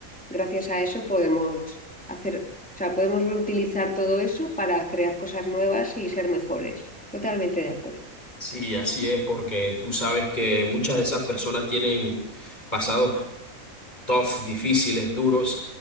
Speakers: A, in the centre; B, on the left.
A: gracias a eso podemos hacer, o sea, podemos reutilizar todo eso para crear cosas nuevas y ser mejores. Totalmente de acuerdo.
B: Sí, así es, porque tú sabes que muchas de esas personas tienen pasados tough, difíciles, duros,